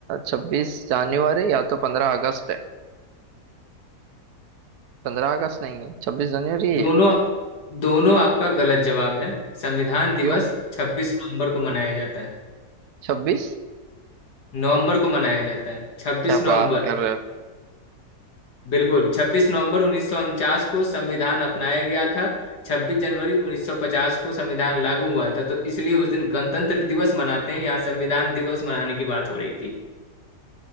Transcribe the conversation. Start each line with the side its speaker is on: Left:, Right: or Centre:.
Right: छब्बीस जनवरी या तो पंद्रह अगस्त है पंद्रह अगस्त नहीं है छब्बीस जनवरी ही
Left: दोनों
Right: है
Left: दोनों आपका गलत जवाब है संविधान दिवस
Right: क्यों
Left: 26 नवंबर को मनाया जाता है
Right: छब्बीस
Left: नवंबर को मनाया जाता है 26
Right: क्या
Left: नवंबर
Right: बात कर रहे हो
Left: बिल्कुल 26 नवंबर 1949 को संविधान अपनाया गया था 26 जनवरी 1950 को संविधान लागू हुआ था तो इसलिए उस दिन गणतंत्र दिवस मनाते हैं यहाँ संविधान दिवस मनाने की बात हो रही थी